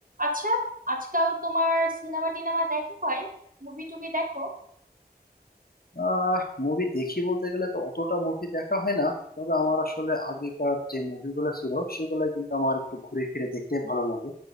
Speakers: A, on the right; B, on the left.
A: আচ্ছা আজকাল তোমার সিনেমা টিনেমা দেখা হয় মুভি টুভি দেখো
B: আহ movie দেখি বলতে গেলে তো অতটা মুভি দেখা হয় না তবে আমার আসলে আগেকার যে মুভিগুলো ছিল সেগুলো কিন্তু আমার একটু ঘুরে ফিরে দেখতে ভালো লাগে